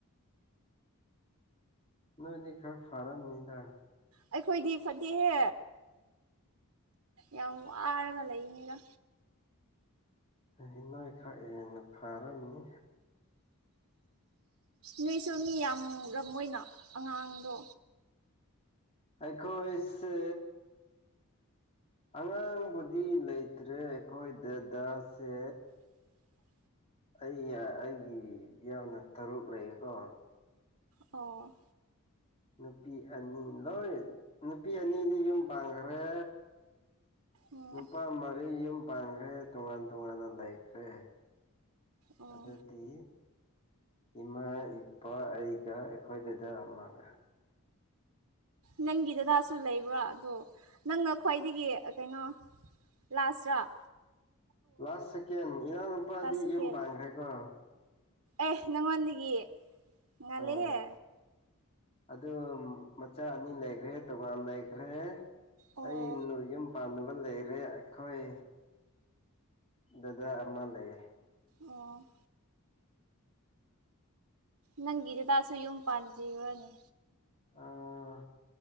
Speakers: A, on the left; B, on the right.
A: ꯅꯣꯏꯗꯤ ꯈꯔ ꯐꯔꯝꯅꯤꯗ
B: ꯑꯩꯈꯣꯏꯗꯤ ꯐꯠꯇꯦꯛꯍꯦ ꯌꯥꯝ ꯋꯥꯔꯒ ꯂꯩꯅꯤꯗ
A: ꯍꯤꯅꯥꯏꯈꯛ ꯍꯦꯟꯅ ꯐꯔꯝꯅꯤ
B: ꯅꯣꯏꯁꯨ ꯃꯤ ꯌꯥꯝ ꯃꯔ ꯑꯣꯏꯅ ꯑꯉꯥꯡꯗꯣ
A: ꯑꯩꯈꯣꯏꯁꯦ ꯑꯉꯥꯡꯕꯨꯗꯤ ꯂꯩꯇ꯭ꯔꯦ ꯑꯩꯈꯣꯏꯗꯗꯁꯦ
B: <unintelligible>
A: ꯑꯩ ꯑꯩꯒꯤ ꯌꯥꯝꯅ ꯇꯔꯨꯛ ꯂꯩꯌꯦꯀꯣ
B: ꯑꯣ
A: ꯅꯨꯄꯤ ꯑꯅꯤ ꯂꯣꯏ ꯅꯨꯄꯤ ꯑꯅꯤꯗꯤ ꯌꯨꯝ ꯄꯥꯡꯈ꯭ꯔꯦ
B: ꯎꯝ
A: ꯅꯨꯄꯥ ꯃꯔꯤ ꯌꯨꯝ ꯄꯥꯟꯈ꯭ꯔꯦ ꯇꯣꯉꯥꯟ ꯇꯣꯉꯥꯟꯅ ꯂꯩꯈ꯭ꯔꯦ
B: ꯑꯣ
A: ꯑꯗꯨꯗꯤ ꯏꯃꯥ ꯏꯄꯥ ꯑꯩꯒ ꯑꯩꯈꯣꯏꯗꯗ ꯑꯃꯒ
B: ꯅꯪꯒꯤ ꯗꯗꯥꯁꯨ ꯂꯩꯕ꯭ꯔꯥ ꯑꯗꯣ ꯅꯪꯅ ꯈ꯭ꯋꯥꯏꯗꯒꯤ ꯀꯩꯅꯣ ꯂꯥꯁ꯭ꯔꯥ
A: ꯂꯥꯁ ꯁꯦꯀꯦꯟ ꯏꯅꯥꯎ ꯅꯨꯄꯥꯗꯤ
B: ꯂꯥꯁ ꯁꯦꯀꯦꯟ
A: ꯌꯨꯝ ꯄꯥꯡꯈ꯭ꯔꯦꯀꯣ
B: ꯑꯦ ꯅꯪꯉꯣꯟꯗꯒꯤ ꯉꯥꯂꯍꯦ
A: ꯑꯥ ꯑꯗꯨ ꯃꯆꯥ ꯑꯅꯤ ꯂꯩꯈ꯭ꯔꯦ ꯇꯣꯉꯥꯟ ꯂꯩꯈ꯭ꯔꯦ
B: ꯑꯣ
A: ꯑꯩꯅ ꯌꯨꯝ ꯄꯥꯟꯅꯗꯕ ꯂꯩꯔꯦ ꯑꯩꯈꯣꯏ ꯗꯗꯥ ꯑꯃ ꯂꯩꯌꯦ
B: ꯑꯣ ꯅꯪꯒꯤ ꯗꯥꯁꯨ ꯌꯨꯝ ꯄꯥꯟꯗ꯭ꯔꯤꯔꯅꯤ
A: ꯑꯥ